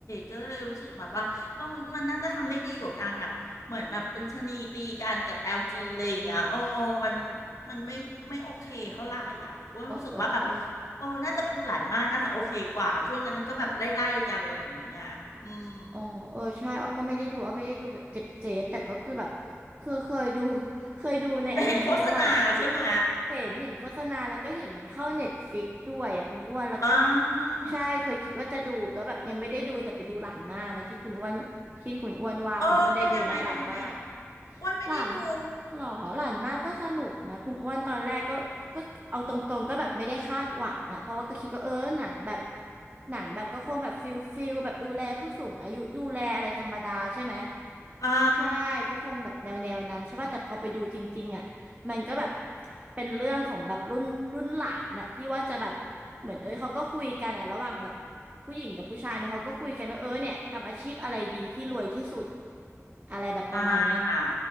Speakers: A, on the left; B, on the right.
A: ก็เลยรู้สึกแบบว่าเออมันน่าจะทำได้ดีกว่าการแบบเหมือนแบบเป็นชะนีตีกันกับ LG อลจีอะไรอย่างเงี้ยโอ้มันมันไม่ไม่โอเคเท่าไหร่อ่ะว่ารู้สึกว่าแบบ
B: เออเออเออ
A: โอ้น่าจะไปดูหลานมากน่าจะโอเคกว่าช่วงนั้นมันก็แบบไล่ๆกันอะไรอย่างเงี้ยอืม
B: อ๋อเออใช่อ้อก็ไม่ได้ดูอ้อไม่ได้ดูแบบเจ็บเจ็บแต่ก็คือแบบคือเคยดู <laughs> เคยดูในอันเนี้ยคุณอ้วน
A: แต่เห็นโฆษณาใช่ไหม
B: เห็นเห็นโฆษณาแล้วก็เห็นมันเข้าเน็ตฟิกด้วยอ่ะคุณอ้วนแล้วก็
A: อ่า
B: ใช่เคยคิดว่าจะดูก็แบบยังไม่ได้ดูแต่ไปดูหลานมานะที่คุณอ้วนที่คุณอ้วนว่าคุณอ้วนได้ดูไหมยหลานมา
A: เออเป็นยังไงเป็นยังไงอ้วนไม่ได้ดู
B: หลานหรอหลานมาก็สนุกนะคุณอ้วนตอนแรกก็ก็เอาตรงๆก็แบบไม่ได้คาดหวังอะเพราะว่าก็คิดว่าเออหนังแบบ หนังแบบก็คงแบบฟิลฟิลแบบดูแลผู้สูงอายุดูแลอะไรธรรมดาใช่ไหม
A: อ่า
B: ใช่ก็คงแบบแนวแนวนั้นใช่ป่ะแต่พอไปดูจริงๆอ่ะมันก็แบบเป็นเรื่องของแบบรุ่นรุ่นหลานน่ะที่ว่าจะแบบเหมือนเอ้ยเขาก็คุยกันอ่ะระหว่างแบบผู้หญิงกับผู้ชายเนอะเขาก็คุยกันว่าเออเนี่ยทำอาชีพอะไรดีที่รวยที่สุดอะไรแบบประมาณเนี้ย
A: อ่าอ่า